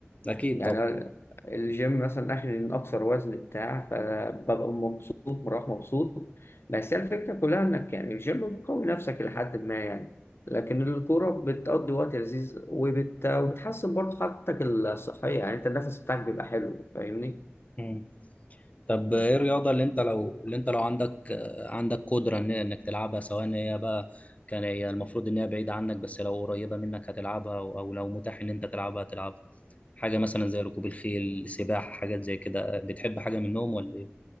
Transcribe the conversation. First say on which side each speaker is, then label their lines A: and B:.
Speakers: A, on the left (about 35°); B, on the left (about 65°).
A: أكيد
B: يعني
A: طبعا
B: الجيم مثلا اخر من اكثر وزن بتاع فببقى مبسوط بروح مبسوط بس هي الفكره كلها انك يعني الجيم بتقوي نفسك لحد ما يعني لكن الكوره بتقضي وقت لذيذ وبت... وبتحسن برضه حالتك الصحيه يعني انت النفس بتاعك بيبقى حلو فاهمني
A: مم. طب إيه الرياضة اللي أنت لو اللي أنت لو عندك آه، عندك قدرة إن... إنك تلعبها سواء إن هي بقى كان هي المفروض إن هي بعيدة عنك بس لو قريبة منك هتلعبها أو أو لو متاح إن أنت تلعبها تلعبها حاجة مثلا زي ركوب الخيل سباحة حاجات زي كده بتحب حاجة منهم ولا إيه؟